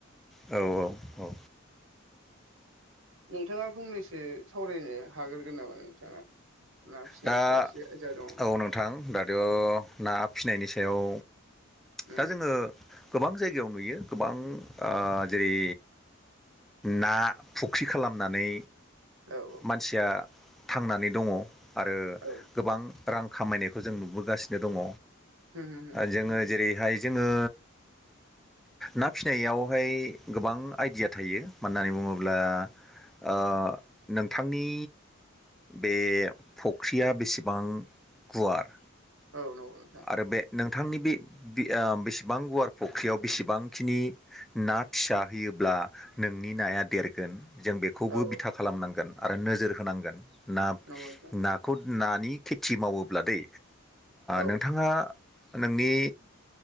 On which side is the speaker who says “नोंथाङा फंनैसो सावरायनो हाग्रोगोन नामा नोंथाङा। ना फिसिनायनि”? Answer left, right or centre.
Right